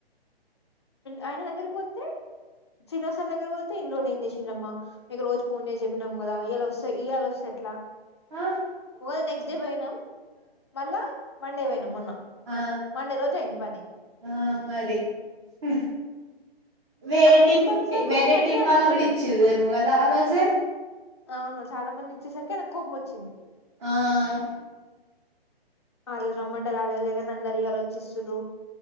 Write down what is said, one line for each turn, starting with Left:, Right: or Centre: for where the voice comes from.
Left: ఆయన దగ్గరకి వత్తే శీన సార్ దగ్గరికి పో ఇన్ని రోజులు ఏం చేసిండ్రమ్మ మీకు రోజు ఫోన్ చేసి చెప్పినాం కదా ఇయ్యాల వస్తా ఇయ్యాల వస్తే ఎట్లా
Right: ఆ ఆ
Left: ఉగాది నెక్ట్ డే పోయినం మల్ల మండే పోయినం మొన్న
Right: ఆ
Left: మండే రోజు అయింది పని
Right: ఆ మది ఆ వేరే
Left: ఆ ప్రవీణ్
Right: టీం
Left: బాలు సార్
Right: వేరే
Left: కూడా నన్నే
Right: టిం
Left: అడుగుతాడు
Right: వాళ్ళు కూడా ఇచ్చిరేమో కదా ఆ రోజు
Left: అవును చాలా మంది ఇచ్చేసరికి ఆయకు కోపం వచ్చిది
Right: ఆ ఆ
Left: ఆ రోజు రమ్మంటే రాలేదు కానీ అందరు ఇయాల వచ్చిస్తుండ్రు